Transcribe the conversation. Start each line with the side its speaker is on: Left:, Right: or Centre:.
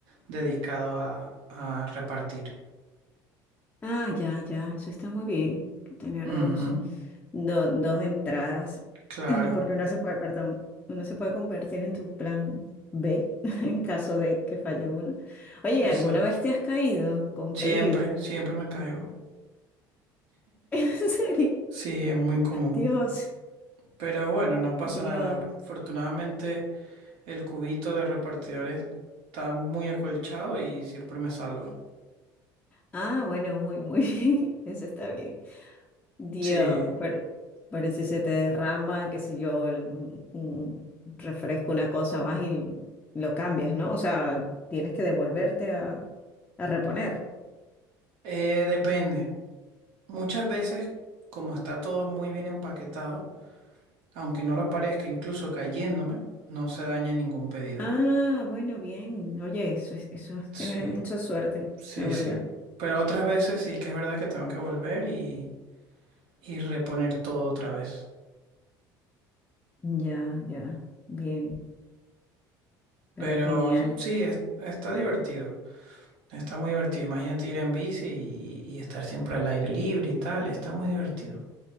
Right: dedicado a, a repartir.
Left: Ah, ya, ya, eso está muy bien, que tener
Right: Ujú,
Left: dos, do- dos entradas,
Right: claro,
Left: <clears throat> <laughs> porque uno se puede, perdón, uno se puede convertir en tu plan B <laughs> en caso de que falle uno. Oye,
Right: exacto.
Left: ¿alguna vez te has caído con
Right: Siempre,
Left: pedido?
Right: siempre me caigo.
Left: <laughs> ¿En serio?
Right: Sí, es muy común.
Left: Dios,
Right: Pero bueno, no pasa
Left: Dios.
Right: nada. Afortunadamente el cubito de repartidores está muy acolchado y siempre me salva.
Left: Ah, bueno, muy, muy <laughs> bien, eso está bien. Dios,
Right: Sí,
Left: por- parece se te derrama, qué sé yo, el- un, un refresco, una cosa, vas y lo cambias, ¿no? O sea, tienes que devolverte a, a reponer.
Right: eh, depende. Muchas veces, como está todo muy bien empaquetado, Aunque no lo parezca, incluso cayéndome, no se daña ningún pedido.
Left: Ah, bueno, bien. Oye, eso es, eso es
Right: Sí,
Left: tener mucha suerte,
Right: sí,
Left: la verdad.
Right: sí. Pero otras veces sí que es verdad que tengo que volver y, y reponer todo otra vez.
Left: Ya, ya, bien, pero
Right: Pero
Left: genial.
Right: sí, es- está divertido. Está muy divertido. Imagínate ir en bici y, y estar siempre al aire libre y tal. Está muy divertido. <laughs>